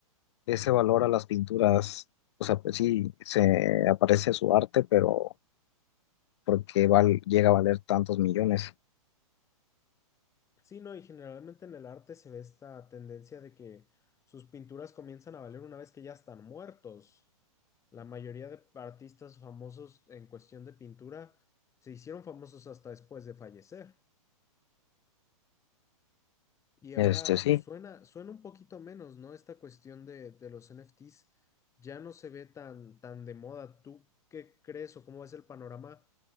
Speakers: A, on the left; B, on the left.
A: ese valor a las pinturas. O sea, pues sí, se aparece su arte, pero porque val- llega a valer tantos millones.
B: Sí, no, y generalmente en el arte se ve esta tendencia de que sus pinturas comienzan a valer una vez que ya están muertos. La mayoría de artistas famosos en cuestión de pintura se hicieron famosos hasta después de fallecer. Y ahora
A: Este sí,
B: suena, suena un poquito menos, ¿no? Esta cuestión de, de los NFTs ya no se ve tan, tan de moda. ¿Tú qué crees o cómo es el panorama